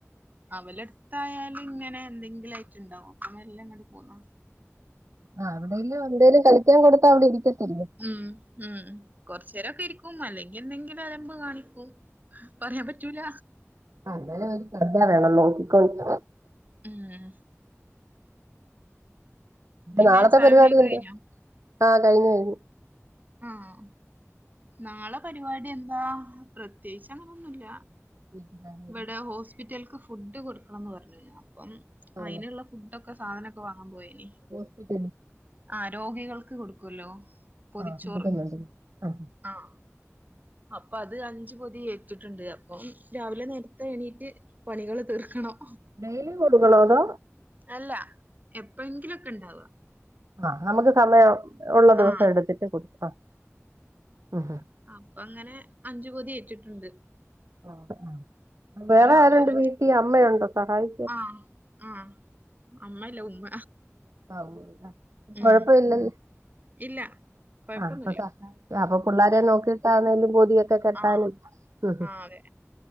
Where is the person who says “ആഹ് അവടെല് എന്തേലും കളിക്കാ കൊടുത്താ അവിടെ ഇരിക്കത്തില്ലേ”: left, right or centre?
Right